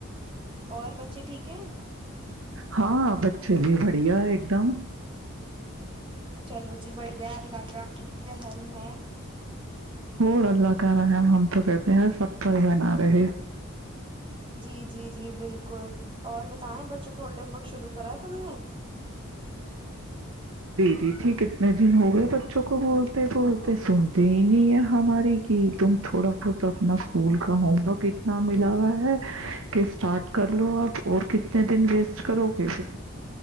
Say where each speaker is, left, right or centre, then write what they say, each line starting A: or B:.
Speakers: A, on the right; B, on the right.
A: اور بچے ٹھیک ہیں
B: ہاں بچے بھی بڑھیا ہے ایک دم
A: چلو جی بڑھیا اللہ کا رہح ہے
B: ہو اللہ کا رحم ہم تو کہتے ہیں سب پائی بنا رہے
A: جی جی جی بالکل اور بتائیں بچوں کو ہولڈم ورک شروع کرا تم نے
B: د تھی کتنے دن ہو گئے بچوں کو بولتے بولتے سنتے ہی نہیں ہے ہماری کی تم تھوڑا بہت اپنا اسکول کا ہوم ورک اتنا ملا ہوا ہے کہ اسٹارٹ کر لو اب اور کتنے دن ویسٹ کرو گے پھر